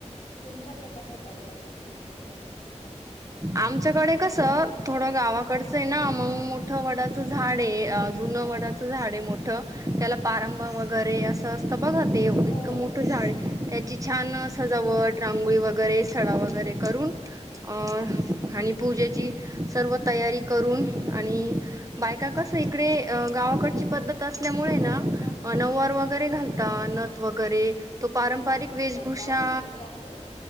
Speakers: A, on the left; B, on the right.
A: तुमच्याकडे कसं करत आवतं मैत्री पौर्णि <unintelligible>
B: आमच्याकडे कस थोडं गावाकडचं
A: हो
B: आहे ना मग मोठं वडाचं झाड आहे जुनं
A: हो
B: वडाच झाड आहे मोठ त्याला पारंभ वगैरे असं असतं बघा दे इतकं
A: हो
B: मोठं झाडे ची छान सजावट रांगोळी वगैरे सड वगैरे करून अ
A: हो
B: आणि पूजेची सर्व तयारी करून आणि बायका कसं इकडे गावाकड असल्यामुळेार
A: हो
B: व घा वगैरे तो पारंपरिक
A: खूप छान
B: वेशभूषा
A: करता हो मग तुमच्याकडे.